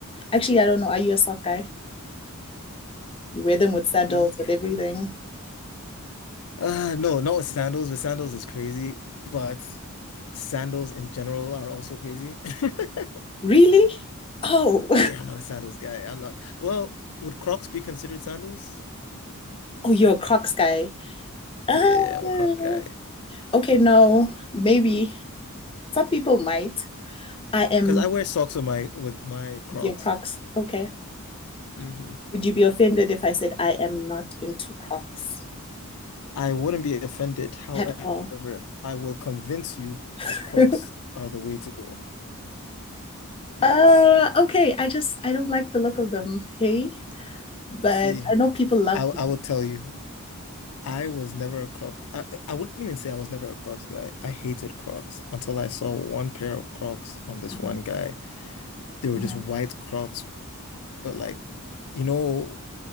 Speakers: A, on the left; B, on the left.
A: Actually, I don't know. Are you a sock guy? You wear them with sandals,
B: E-
A: with everything.
B: Uh, no, not with sandals, but sandals is crazy. But sandals in general are also crazy. <laughs>
A: Really? Oh,
B: Yeah, I'm not a sandals guy. I'm not. Well, would Crocs be considered sandals?
A: <laughs> oh, you're a Crocs guy. Uh,
B: Yeah, I'm a Croc guy.
A: okay, no, maybe. Some people might. I am
B: because I wear socks with my with my Crocs.
A: your Crocs. Okay.
B: hmm
A: Would you be offended if I said I am not into Crocs
B: I wouldn't be offended. However,
A: at all?
B: I will convince you that
A: <laughs>
B: Crocs are the way to go. Yes.
A: Uh, okay, I just I don't like the look of them, hey, but
B: See,
A: I know people love
B: I I
A: them.
B: will tell you, I was never a Crocs. I, I wouldn't even say I was never a Crocs guy. I hated Crocs until I saw one pair of Crocs on this
A: Mhm,
B: one guy. They were
A: mhm.
B: just white Crocs, but like, you know,